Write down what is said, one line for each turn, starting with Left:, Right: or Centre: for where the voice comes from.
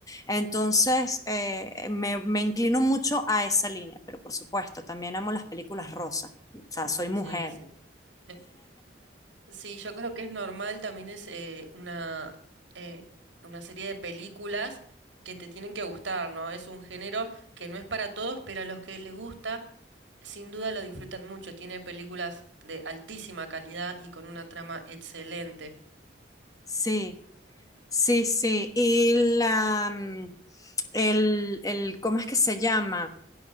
Left: Entonces, eh, me, me inclino mucho a esa línea, pero por supuesto, también amo las películas rosa, o sea, soy mujer.
Right: sí, sí. <laughs> Sí, yo creo que es normal, también es eh, una, eh, una serie de películas que te tienen que gustar, ¿no? Es un género que no es para todos, pero a los que les gusta, sin duda lo disfrutan mucho. Tiene películas de altísima calidad y con una trama excelente.
Left: Sí, Sí, sí. Y la, mm, el, el, ¿cómo es que se llama?